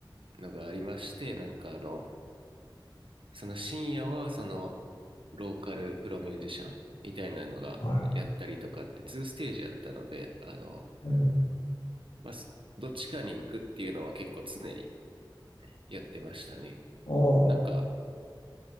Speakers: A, on the right; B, on the left.
A: のがありまして、なんかあの、その深夜はその、ローカルプロミュージシャンみたいなのがやったりとかってーステージやったので、
B: は
A: あの、
B: い。ええ、
A: まあ、どっちかに行くっていうのは結構常にやってましたね。
B: おおう、
A: なんか、